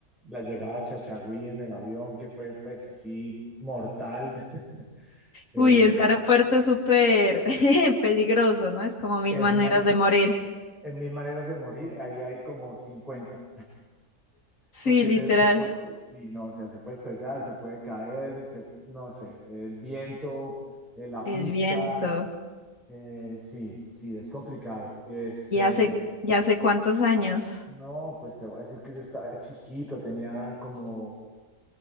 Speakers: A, in the centre; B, on the left.
A: la llegada a Chachagüí en el avión, que fue pues así mortal. <laughs> Eh,
B: Uy, ese aeropuerto es súper <laughs> peligroso, ¿no? Es como mil
A: es
B: maneras
A: una,
B: de morir.
A: en mil maneras de morir, ahí hay como 50
B: Sí,
A: porque
B: literal,
A: se, se puede, sí, no, o sea, se puede estrellar, se puede caer, se, no sé, el viento, eh, la
B: el
A: pista,
B: viento.
A: eh, sí, sí, es complicado. Este,
B: ¿Y hace, ya hace cuántos años?
A: No, pues te voy a decir que yo estaba chiquito, tenía como,